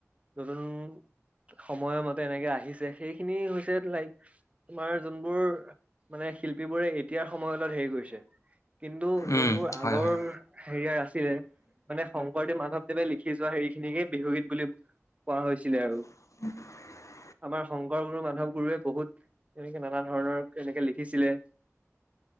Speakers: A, on the right; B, on the left.
A: নতুন সময় মতে এনেকে আহিছে সেইখিনি হৈছে লাইক তোমাৰ যোনবোৰ মানে শিল্পী বোৰে এতিয়াৰ সময়ৰ লগত হেৰি কৰিছে। কিন্তু যোনবোৰ
B: উম হয়
A: আগৰ
B: হয়
A: হেৰিয়াৰ ৰাচিৰে মানে শংকৰদেৱ মাধৱদেৱে লিখি সিজোৱা হেৰিখিনিকে বিহুগীত বুলি কোৱা হৈছিলে আৰু
B: <unintelligible>
A: আমাৰ শংকৰ গুৰু মাধৱ গুৰুৱে বহুত এনেকে নানা ধৰণৰ কেনেকে লিখিছিলে।